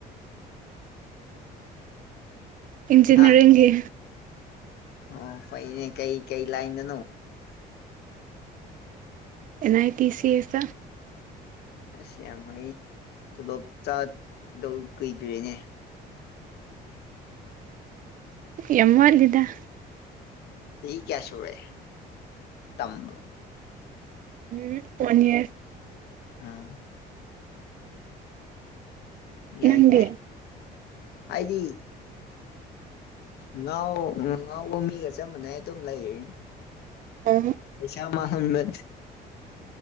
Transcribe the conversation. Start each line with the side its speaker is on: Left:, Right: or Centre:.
Right: ꯏꯟꯖꯤꯅꯤꯌꯥꯔꯤꯡꯒꯤ
Left: ꯍꯥ ꯑꯣ ꯐꯩꯅꯦ ꯀꯩ ꯀꯩ ꯂꯥꯏꯅꯣ
Right: and I T C S
Left: ꯑꯁ ꯌꯥꯝ ꯐꯩ ꯇꯣꯂꯣꯞ ꯆꯥꯗꯧ ꯀꯨꯏꯗ꯭ꯔꯦꯅꯦ
Right: ꯌꯥꯝ ꯋꯥꯠꯂꯤꯗ
Left: ꯆꯍꯤ ꯀꯌꯥ ꯁꯨꯔꯦ ꯇꯝꯕ
Right: ꯎꯝ ꯋꯥꯟ ꯌꯔ
Left: ꯑꯥ ꯌꯥꯏ
Right: ꯅꯪꯗꯤ
Left: ꯌꯥꯏ ꯑꯩꯗꯤ ꯉꯥꯎ ꯉꯎꯒꯃꯤ ꯆꯞ ꯃꯥꯅꯦ ꯑꯗꯨꯝ ꯂꯩꯔꯤ
Right: ꯎꯝ
Left: ꯄꯩꯁꯥ ꯃꯥꯡꯍꯟꯕ